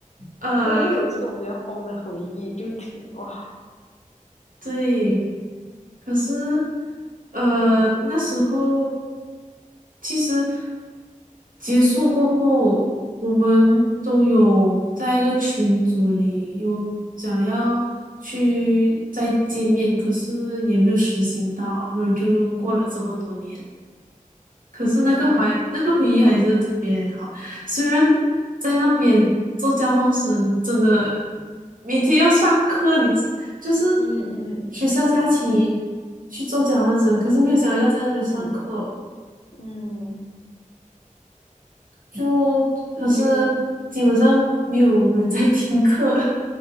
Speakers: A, on the right; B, on the left.
A: 呃，
B: 都会有这种比较疯的回忆，就挺哇，
A: 对，可是呃那时候
B: 嗯
A: 其实结束过后，我们都有在一个群组里有想要去再见面，
B: 嗯
A: 可是也没有实行到，然后就过了这么多年。
B: 嗯，
A: 可是那个怀那个回忆还是特别好，
B: 对对，
A: 虽然在那边做交换生，真的每天要上课，你知就是
B: 嗯嗯
A: 学校假期去做交换生，可是没有想到要在那边上课，
B: 嗯嗯，
A: 就可是基本上没有人在听课，
B: 你就